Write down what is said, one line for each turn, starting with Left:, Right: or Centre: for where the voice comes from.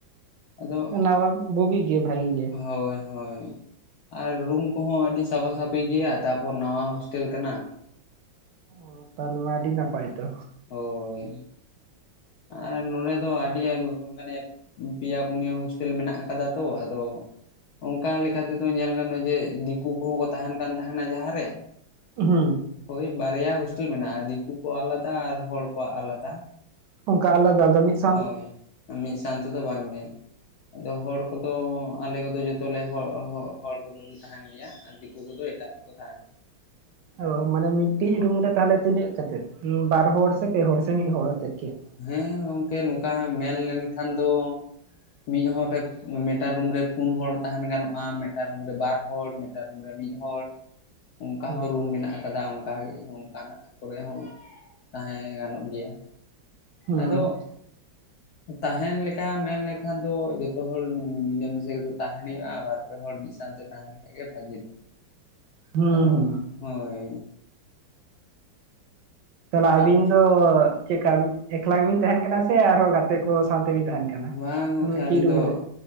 Left: ᱟᱫᱚ
Right: <unintelligible> ᱵᱷᱩᱜᱤ ᱜᱮ ᱵᱷᱟᱹᱜᱤ ᱜᱮ᱾
Left: ᱦᱳᱭ ᱦᱳᱭ᱾ ᱟᱨ ᱨᱩᱢ ᱠᱚᱦᱚᱸ ᱟᱹᱰᱤ ᱥᱟᱯᱷᱟ ᱥᱟᱹᱯᱷᱤ ᱜᱮᱭᱟ ᱛᱟᱯᱚᱨ ᱱᱟᱣᱟ ᱦᱳᱥᱴᱮᱞ ᱠᱟᱱᱟ᱾
Right: ᱚ ᱛᱟᱦᱚᱞᱮ ᱟᱹᱰᱤ ᱱᱟᱯᱟᱭ ᱛᱚ᱾
Left: ᱦᱳᱭ ᱟᱨ ᱱᱚᱰᱮ ᱫᱚ ᱟᱹᱰᱤ ᱟ ᱢᱟᱱᱮ ᱯᱮᱭᱟ ᱯᱩᱱᱭᱟᱹ ᱦᱳᱥᱴᱮᱞ ᱢᱮᱱᱟᱜ ᱟᱠᱟᱫᱟ ᱛᱚ ᱟᱫᱚ ᱚᱱᱠᱟ ᱞᱮᱠᱟ ᱛᱮᱫᱚ ᱧᱮᱞ ᱜᱟᱱᱚᱜᱼᱟ ᱡᱮ ᱫᱤᱠᱩ ᱠᱚᱦᱚᱸ ᱠᱚ ᱛᱟᱸᱦᱮᱱ ᱠᱟᱱ ᱛᱟᱸᱦᱮᱱᱟ ᱡᱟᱦᱟᱸᱨᱮ,
Right: ᱦᱩ᱾
Left: ᱦᱳᱭ ᱵᱟᱨᱭᱟ ᱦᱳᱥᱴᱮᱞ ᱢᱮᱱᱟᱜᱼᱟ, ᱫᱤᱠᱩ ᱠᱚᱣᱟᱜ ᱟᱞᱟᱫᱟ ᱟᱨ ᱦᱚᱲ ᱠᱚᱣᱟᱜ ᱟᱞᱟᱫᱟ᱾
Right: ᱚᱱᱠᱟ ᱟᱞᱟᱫᱟ ᱫᱚ ᱢᱤᱥ
Left: ᱦᱳᱭ ᱢᱤᱫ ᱥᱟᱣᱛᱮᱫᱚ ᱵᱟᱝᱜᱮ᱾ ᱟᱫᱚ ᱦᱚᱲ ᱠᱚᱫᱚ ᱟᱞᱮ ᱠᱚᱫᱚ ᱡᱚᱛᱚᱞᱮ ᱦᱚ ᱦᱚ ᱦᱚᱲ ᱠᱚᱫᱚᱞᱮ ᱛᱟᱸᱦᱮᱱ ᱜᱮᱭᱟ᱾ ᱟᱨ ᱫᱤᱠᱩ ᱠᱚᱫᱚ ᱮᱴᱜ ᱨᱮᱠ ᱛᱟᱸᱦᱮᱱᱟ᱾
Right: ᱚ ᱢᱟᱱᱮ ᱢᱤᱫᱴᱤᱡ ᱨᱩᱢ ᱨᱮ ᱛᱟᱦᱚᱞᱮ ᱛᱤᱱᱟᱹᱜ ᱠᱟᱛᱮᱫ ᱵᱟᱨ ᱦᱚᱲ ᱥᱮ ᱯᱮ ᱦᱚᱲ ᱥᱮ ᱢᱤᱫ ᱦᱚᱲ ᱟᱛᱮᱫ ᱜᱮ?
Left: ᱦᱮᱸ ᱜᱚᱝᱠᱮ ᱱᱚᱝᱠᱟ ᱢᱮᱱ ᱞᱮᱱᱠᱷᱟᱱ ᱫᱚ, ᱢᱤᱫ ᱦᱚᱲ ᱨᱮ ᱢᱤᱫᱴᱟᱝ ᱨᱩᱢ ᱨᱮ ᱯᱩᱱ ᱦᱚᱲ ᱛᱟᱦᱮᱱ ᱜᱟᱱᱚᱜᱼᱟ, ᱢᱤᱫᱴᱟᱝ ᱨᱩᱢ ᱨᱮ ᱵᱟᱨ ᱦᱚᱲ, ᱢᱮᱫ ᱴᱟᱝ ᱨᱩᱢ ᱨᱮ ᱢᱤᱫ ᱦᱚᱲ᱾ ᱚᱱᱠᱟ
Right: ᱦᱩᱸ
Left: ᱦᱚᱸ ᱨᱩᱢ ᱢᱮᱱᱟᱜ ᱟᱠᱟᱫᱟ ᱚᱱᱠᱟᱜ ᱚᱱᱠᱟᱱᱟᱜ ᱠᱚᱨᱮ ᱦᱚᱸ ᱛᱟᱦᱮᱸ ᱜᱟᱱᱚᱜ ᱜᱮᱭᱟ᱾
Right: ᱦᱩᱸ
Left: ᱟᱫᱚ ᱛᱟᱦᱮᱱ ᱞᱮᱠᱟ ᱢᱮᱱᱞᱠᱷᱟᱱ ᱫᱚ ᱡᱚᱛᱚ ᱦᱚᱲ ᱢᱤᱞᱮ ᱢᱤᱥᱮ ᱜᱮᱛᱚ ᱛᱟᱦᱮᱱ ᱦᱩᱭᱩᱜᱼᱟ ᱵᱟᱨ ᱯᱮ ᱦᱚᱲ ᱢᱤᱫ ᱥᱟᱶᱛᱮ ᱛᱟᱸᱦᱮᱞᱮᱠᱟ ᱜᱮ ᱵᱷᱟᱹᱜᱤ ᱫᱚ᱾
Right: ᱦᱩᱸ
Left: ᱟᱫᱚᱜ
Right: ᱦᱩᱸ
Left: ᱦᱳᱭ᱾
Right: ᱛᱟᱦᱚᱞᱮ ᱟᱵᱤᱱ
Left: ᱟᱨ
Right: ᱫᱚ ᱪᱮᱫᱠᱟ ᱮᱠᱞᱟ ᱵᱤᱱ ᱛᱟᱸᱦᱮᱱ ᱠᱟᱱᱟ ᱥᱮ ᱟᱨᱦᱚᱸ ᱜᱟᱛᱮ ᱠᱚ ᱥᱟᱶᱛᱮᱵᱤᱱ ᱛᱟᱦᱮᱱ ᱠᱟᱱᱟ᱾
Left: ᱵᱟᱝ ᱜᱚᱢᱠᱮ
Right: ᱢᱤᱫᱴᱤᱡ
Left: ᱟᱹᱞᱤᱧ
Right: ᱨᱩᱢ
Left: ᱫᱚ
Right: ᱨᱮ